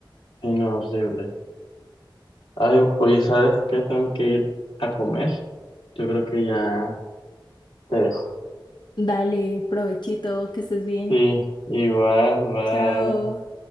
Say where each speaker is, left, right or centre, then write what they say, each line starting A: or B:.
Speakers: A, on the left (about 80°); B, on the left (about 55°).
A: sí, no, horrible. Ay, oye, ¿sabes qué? Tengo que ir a comer. Yo creo que ya te dejo.
B: Dale, provechito, que estés bien.
A: Sí, igual, bye.
B: Chao.